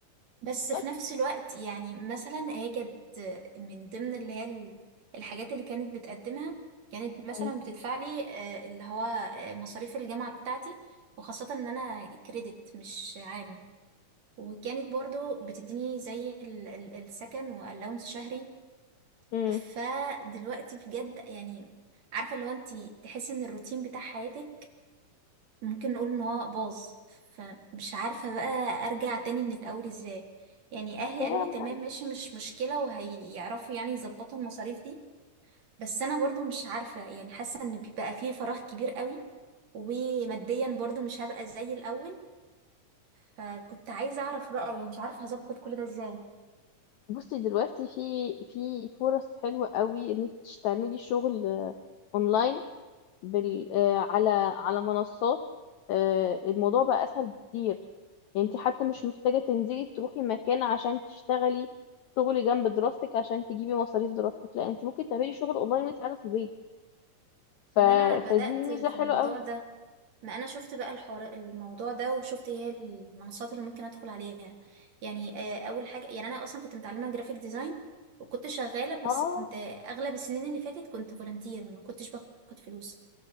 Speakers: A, on the right (about 50°); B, on the left (about 75°).
A: بس
B: بالظبط.
A: في نفس الوقت يعني مثلا هي كانت من ضمن اللي هي ال- الحاجات اللي كانت بتقدمها كانت مثلا
B: مم.
A: بتدفع لي آه، اللي هو آه، مصاريف الجامعة بتاعتي وخاصة ان انا كريدت مش عام وكانت برضو بتديني زي ال- ال- السكن والاونس شهري
B: مم.
A: فدلوقتي بجد يعني عارفة اللي هو انت تحسي ان الروتين بتاع حياتك ممكن نقول ان هو باظ فمش عارفة بقى ارجع تاني من الاول ازاي يعني اهلي
B: هي
A: قالوا لي
B: م-
A: تمام ماشي مش مشكلة وهيعرفوا يعني يظبطوا المصاريف دي بس انا برضو مش عارفة يعني حاسة ان بقى فيه فراغ كبير قوي وماديا برضو مش هبقى زي الاول فكنت عايزة اعرف بقى يعني مش عارفة هظبط كل ده ازاي
B: بصي دلوقتي في في فرص حلوة قوي ان انت تعملي شغل آه، اونلاين بال آه، على على منصات آه، الموضوع بقى اسهل بكتير يعني انت حتى مش محتاجة تنزلي تروحي مكان عشان تشتغلي شغل جنب دراستك عشان تجيبي مصاريف دراستك لا انت ممكن تعملي شغل اونلاين وانت قاعدة في البيت ف...
A: ما انا بدأت
B: فدي ميزة
A: في
B: حلوة
A: الموضوع
B: قوي
A: ده ما انا شفت بقى الحوار الموضوع ده وشفت ايه هي المنصات اللي ممكن ادخل عليها يعني آه، اول حاجة يعني انا اصلا كنت متعلمة جرافيك ديزاين وكنت شغالة بس
B: اه
A: كنت اغلب السنين اللي فاتت كنت فولنتير ما كنتش باخد فلوس